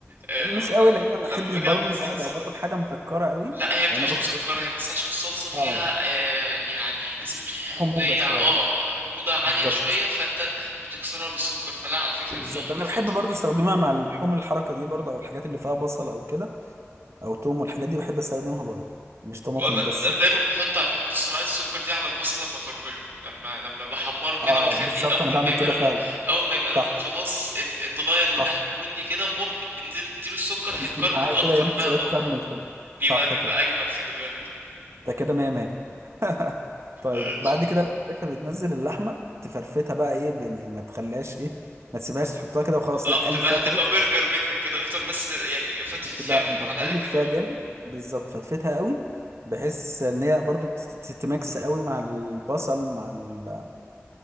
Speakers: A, on the right (about 45°); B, on the right (about 70°).
A: آه
B: مش
A: لما لما
B: قوي لان ما
A: لما
B: احبش
A: باجي
B: برضو
A: اعمل صلصة
B: ان انا بقى باكل حاجه مسكره قوي
A: لا هي بتبقاش
B: لو انا باكل
A: مسكرة
B: بس
A: هي بس عشان الصلصة فيها
B: اه
A: آه يعني نسبة حمضية
B: حموضه شويه
A: اه حموضة عالية
B: بالظبط
A: شوية فانت بتكسرها بالسكر فلا على فكرة دي
B: بالظبط انا
A: دي خطة
B: بحب برضو
A: جميلة
B: استخدمها مع اللحوم الحركه دي برضو او الحاجات اللي فيها بصل او كده او توم والحاجات دي بحب استخدمها برضو مش طماطم
A: انا
B: بس
A: أنا
B: يعني
A: دايما بحط على فكره نص معلقه السكر دي على البصل لما كرمله لما لما بحمره كده
B: اه
A: واخليه
B: بالظبط
A: اول
B: انا بعمل
A: ما يبقى
B: كده
A: لونه
B: فعلا
A: اول ما يبقى لونه
B: صح
A: خلاص ات- اتغير لذهبي
B: صح
A: بني كده هوب انزل اديله السكر هيتكرمل
B: يجيب معاه
A: اكتر
B: كده يعمل
A: بقى
B: شوية
A: اه
B: كارمل كده
A: بيبقى
B: صح
A: بيبقى
B: كده
A: اجمد خلي بالك
B: ده كده مية مية <laughs> طيب
A: ماشي.
B: بعد كده انت بتنزل اللحمة تفرفتها بقى ايه ب- يعني ما تخليهاش ايه ما تسيبهاش تحطها كده وخلاص
A: اه
B: لا
A: ما
B: قلب
A: تبقى
B: فيها كويس
A: هتبقى برجر منك كده افضل بس يعني فتفت فيها
B: لا
A: بالمعلقه
B: انت تقلب
A: كده
B: فيها
A: اه
B: جامد بالظبط فتفتها قوي بحيث ان هي برضو تت- تت- تتمكس قوي مع البصل مع ال...